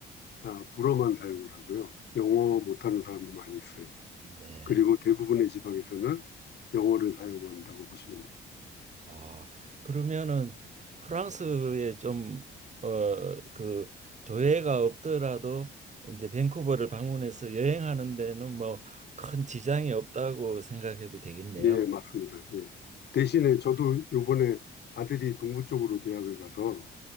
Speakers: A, on the left; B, on the right.
A: 아, 불어만 사용을 하고요. 영어 못하는 사람도 많이 있어요.
B: 네.
A: 그리고 대부분의 지방에서는 영어를 사용한다고 보시면 돼요.
B: 아, 그러면은 프랑스에 좀, 어, 그 조회가 없더라도 이제 밴쿠버를 방문해서 여행하는 데는 뭐 큰 지장이 없다고 생각해도 되겠네요.
A: 예, 맞습니다. 예. 대신에 저도 요번에 아들이 동부 쪽으로 대학을 가서